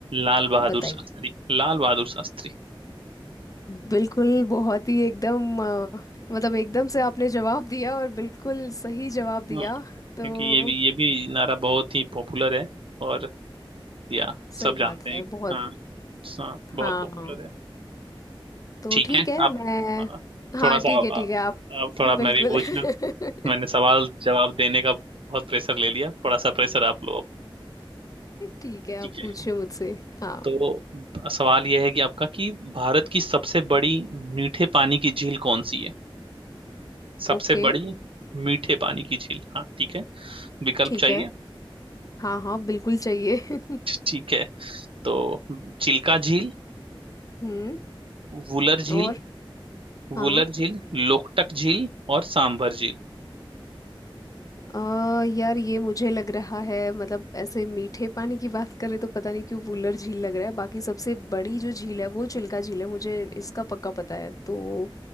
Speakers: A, on the right (about 75°); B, on the left (about 40°).
A: लाल बहादुर
B: बताइए
A: शास्त्री लाल बहादुर शास्त्री
B: बिल्कुल बहुत ही एकदम अ, मतलब एकदम से आपने जवाब दिया और बिल्कुल सही जवाब
A: हाँ
B: दिया तो
A: क्योंकि ये भी ये भी नारा बहुत ही पॉपुलर है और या
B: सही
A: सब जानते
B: बात
A: हैं
B: है बहुत
A: हाँ हाँ बहुत
B: हाँ
A: पॉपुलर है
B: तो
A: ठीक
B: ठीक
A: है
B: है
A: अब
B: मैं
A: आ,
B: हाँ
A: थोड़ा
B: ठीक
A: सा आ,
B: है ठीक है आप
A: अब थोड़ा
B: बिल्कुल
A: मैं भी पूछ
B: <laughs>
A: लूं मैंने सवाल जवाब देने का बहुत प्रेशर ले लिया थोड़ा सा प्रेशर आप लो अब
B: ठीक है आप
A: ठीक है
B: पूछिए मुझसे हाँ
A: तो ब- सवाल यह है कि आपका कि भारत की सबसे बड़ी मीठे पानी की झील कौन सी है सबसे
B: ओके
A: बड़ी मीठे पानी की झील हाँ ठीक है विकल्प
B: ठीक
A: चाहिए
B: है हाँ हाँ बिल्कुल चाहिए <laughs>
A: ठीक है तो चिल्का झील
B: हम्म
A: वुलर झील
B: और हाँ
A: वुलर झील लोकटक झील और सांभर झील
B: अ यार ये मुझे लग रहा है मतलब ऐसे मीठे पानी की बात करें तो पता नहीं क्यों वुलर झील लग रहा है बाकी सबसे बड़ी जो झील है वो चिल्का झील है मुझे इसका पक्का पता है तो